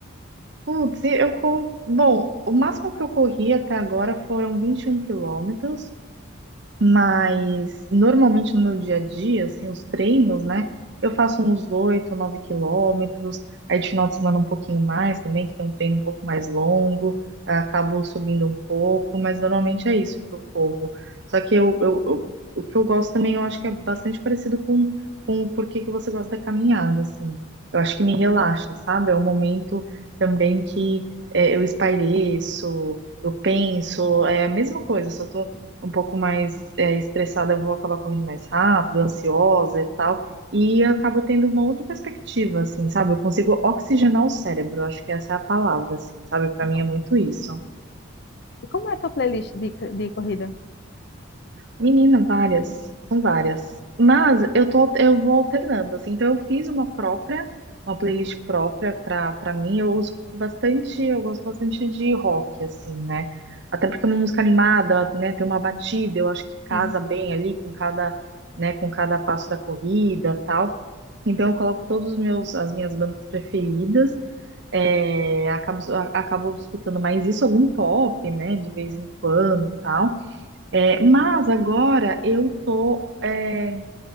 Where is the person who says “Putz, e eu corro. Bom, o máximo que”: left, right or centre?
Right